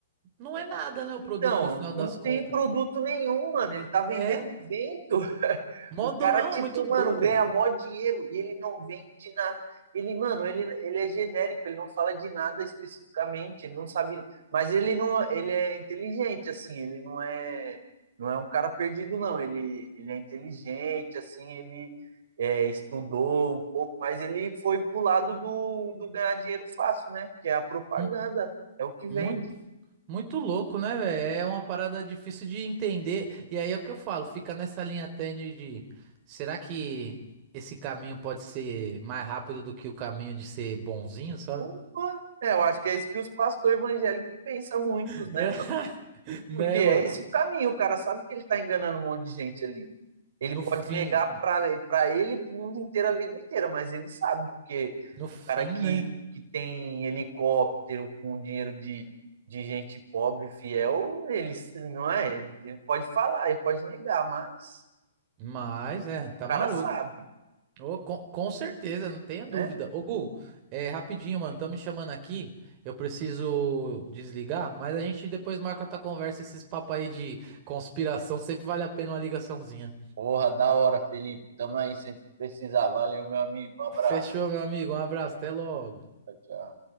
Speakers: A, on the right; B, on the right.
A: Não é nada, né? O produto
B: então,
A: no final
B: não
A: das contas.
B: tem produto nenhum, mano. Ele tá vendendo
A: É?
B: vento. <laughs>
A: Modo.
B: O cara,
A: Ah,
B: tipo,
A: muito doido.
B: mano, ganha mó dinheiro e ele não vende nada. Ele, mano, ele, ele é genérico, ele não fala de nada especificamente, ele não sabe. Mas ele não, ele é inteligente, assim, ele não é, não é um cara perdido, não. Ele, ele é inteligente, assim, ele é, estudou um pouco, mas ele foi pro lado do, do ganhar dinheiro fácil, né? Que é a propaganda,
A: Hum,
B: é o que vende.
A: Muito. Muito louco, né, velho? É uma parada difícil de entender. E aí é o que eu falo, fica nessa linha tênue de será que esse caminho pode ser mais rápido do que o caminho de ser bonzinho, sabe?
B: Opa! É, eu acho que é isso que os pastores evangélicos pensam muitos,
A: <laughs>
B: né, mano?
A: Né,
B: Porque é
A: mano?
B: esse o caminho, o cara sabe que ele tá enganando um monte de gente ali. Ele
A: No
B: pode
A: fim,
B: negar para ele e pro mundo inteiro a vida inteira, mas ele sabe, porque
A: no fim,
B: o cara que,
A: né?
B: que tem helicóptero com dinheiro de, de gente pobre, fiel, ele s- não é, ele, ele pode falar, ele pode negar, mas
A: Mas é, tá
B: o cara
A: maluco.
B: sabe,
A: Ô, com, com certeza, não tenha
B: né?
A: dúvida. Ô, Gu, é, rapidinho, mano, estão me chamando aqui. Eu preciso desligar, mas a gente depois marca outra conversa. Esses papos aí de conspiração sempre vale a pena uma ligaçãozinha.
B: Porra, da hora, Felipe. Tamo aí sempre que precisar. Valeu, meu amigo. Um abraço.
A: Fechou, meu amigo. Um abraço, até logo.
B: Tchau, tchau.